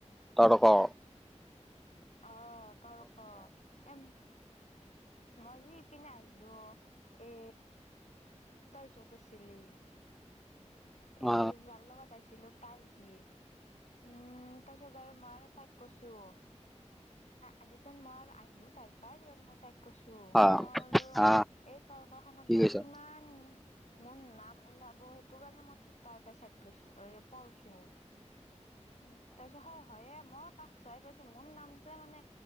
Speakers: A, in the centre; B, on the left.
A: <unintelligible>
B: অ', তৰ্ক এ মই যে ইপিনে আহিলোঁ। এ ত‌ই য'ত আছিলি। এ,
A: অ
B: যাৰ লগত আহিছিলোঁ, তাই আহিছে, উম। তাৰ পিছত আৰু মই আৰু তাইক কৈছোঁ। আজি <unintelligible> মই আহিলো তাৰ পা কিন্তু মই তাইক। কৈছোঁ, মই
A: অ
B: বোলো এই তৰ্কখানত
A: কি
B: বা
A: কৈছ
B: কিমান? মোৰ নাম ওলাব সেইটো কাৰণে মই ঠিক-তাৰ পৰাই <unintelligible>
A: <inaudible>
B: উম, তাৰ পিছত হয় হয়ে মই কাষ চাই পাইছো। মোৰ নামটোৱে মানে